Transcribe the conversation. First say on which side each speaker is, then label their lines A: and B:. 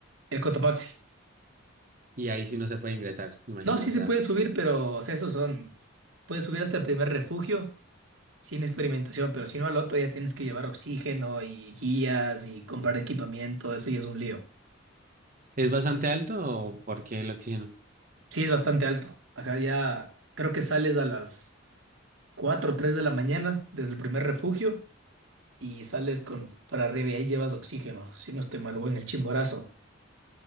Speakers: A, on the right; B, on the right.
A: El Cotopaxi.
B: Y ahí sí no se puede ingresar, me imagino,
A: No, sí
B: o sea,
A: se puede subir, pero, o sea, esos son... Puedes subir hasta el primer refugio sin experimentación, pero si no al otro ya tienes que llevar oxígeno y guías y comprar equipamiento. Eso ya es un lío.
B: ¿es bastante alto o por qué el oxígeno?
A: Sí es bastante alto. Acá ya creo que sales a las 4 o 3 de la mañana desde el primer refugio y sales con para arriba y ahí llevas oxígeno, si no esté mal, o en el Chimborazo.